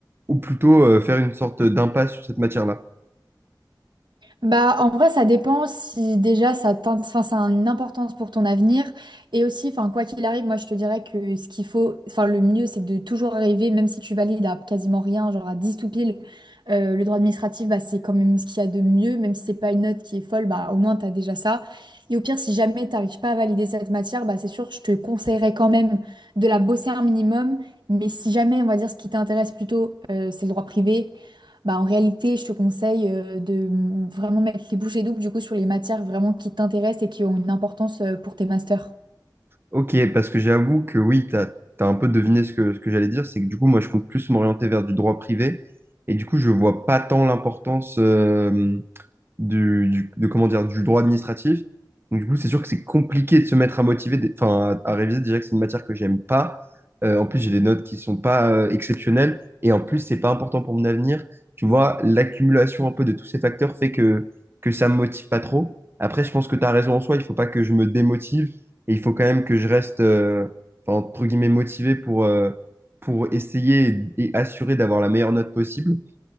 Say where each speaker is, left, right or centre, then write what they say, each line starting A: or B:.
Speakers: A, on the right (about 30°); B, on the right (about 85°).
A: ou plutôt euh, faire une sorte d'impasse sur cette matière-là?
B: Bah, en vrai, ça dépend si déjà ça t'in- enfin, ça a une importance pour ton avenir. Et aussi, enfin, quoi qu'il arrive, moi je te dirais que ce qu'il faut, enfin, le mieux c'est de toujours rêver même si tu valides à quasiment rien, genre à 10 tout pile, euh, le droit administratif, bah, c'est quand même ce qu'il y a de mieux, même si c'est pas une note qui est folle, bah, au moins t'as déjà ça. Et au pire, si jamais t'arrives pas à valider cette matière, bah, c'est sûr, je te conseillerais quand même de la bosser un minimum. Mais si jamais, on va dire, ce qui t'intéresse plutôt, euh, c'est le droit privé. Bah, en réalité, je te conseille euh, de mm, vraiment mettre les bouchées doubles du coup sur les matières vraiment qui t'intéressent et qui ont une importance euh, pour tes masters.
A: Ok, parce que j'avoue que oui, tu as, un peu deviné ce que, ce que j'allais dire, c'est que du coup, moi, je compte plus m'orienter vers du droit privé, et du coup, je vois pas tant l'importance. euh, du, du- de, comment dire, du droit administratif. Donc, du coup, c'est sûr que c'est compliqué de se mettre à motiver, des- enfin, à, à réviser. Déjà que c'est une matière que j'aime pas. Euh, en plus, j'ai des notes qui sont pas euh, exceptionnelles. Et en plus, c'est pas important pour mon avenir. Tu vois, l'accumulation un peu de tous ces facteurs fait que, que ça me motive pas trop. Après, je pense que tu as raison en soi. Il faut pas que je me démotive. Et il faut quand même que je reste, euh, enfin, entre guillemets, motivé pour, euh, pour essayer et, et assurer d'avoir la meilleure note possible.